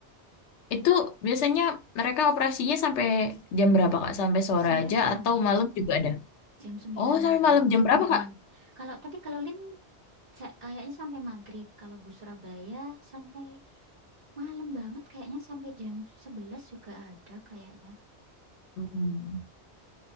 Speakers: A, on the left; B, on the right.
A: Itu biasanya mereka operasinya sampai jam berapa Kak? Sampai sore
B: Sampai
A: aja
B: malam,
A: atau malam juga ada?
B: jam 9
A: Oh, sampai
B: malam.
A: malam jam berapa
B: Mm-mm.
A: Kak?
B: Kalau tapi kalau line sa- kayaknya sampai maghrib. Kalau bus Surabaya sampai malam banget, kayaknya sampai jam sebelas juga ada kayaknya.
A: Hmm.